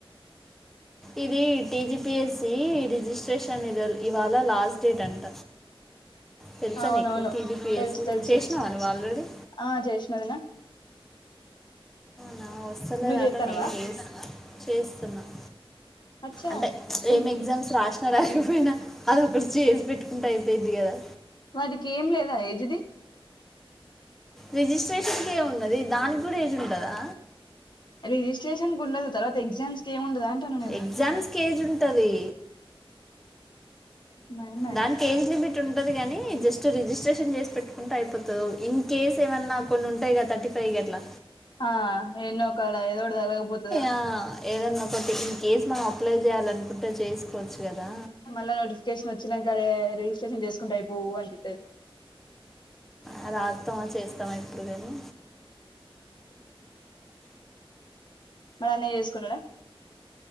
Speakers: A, in the centre; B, on the left.
A: ఇది టిజిపిఎస్సి రిజిస్ట్రేషన్ ఇది ఇవాళ లాస్ట్ డేట్ అంట తెలుసా
B: అవునవును
A: నీకు టీజీపీఎస్సి
B: తెలుసు తెలుసు
A: చేసినావా నువ్వు ఆల్రెడీ
B: ఆ చేసినదనా
A: నా వస్తలేదట
B: నువ్వు చేత్తన్నవా?
A: నేను చే చేస్తున్నాను
B: అచ్చా
A: అంటే
B: ఇ
A: ఏం ఎగ్జామ్స్ రాసి రాకపోయినా అది ఒకటి చేసి పెట్టుకుంటే అయిపోయిద్ది కదా
B: వాటికి ఏం లేదా యజది
A: రిజిస్ట్రేషన్ క ఏము ఉన్నది దానికి కూడా ఏజ్ ఉంటదా
B: రిజిస్ట్రేషన్ ఉండదు తర్వాత ఎగ్జామ్స్ క ఏమి ఉండదు అంటాను నేను
A: ఎగ్జామ్స్కి ఏజ్ ఉంటుంది
B: నయమే అయితే.
A: దానికి ఏంజ్ లిమిట్ ఉంటది కాగాని జస్ట్ రిజిస్ట్రేషన్ చేసి పెట్టుకుంటే అయిపోతుంది ఇన్ కేస్ సెవెన్ నా కొన్ని ఉంటాయి కద థర్టీ ఫైవ్ ఎట్లా
B: ఆ ఎన్నో ఒకాల దొడ్దలపోతుదా
A: ఆ, ఏదన్నా ఒకటి ఇన్ కేస్ మనం అప్లై చేయాలనుకుంటే చేసుకోవచ్చు కదా
B: మళ్ళా నోటిఫికేషన్ వచ్చినాకరే రిజిస్ట్రేషన్ చేసుకుంటా అయి పో అంట
A: ఆ రాస్తామా చేస్తామా ఎప్పుడు కాని
B: అ మరి అన్నీ చేసుకున్నడా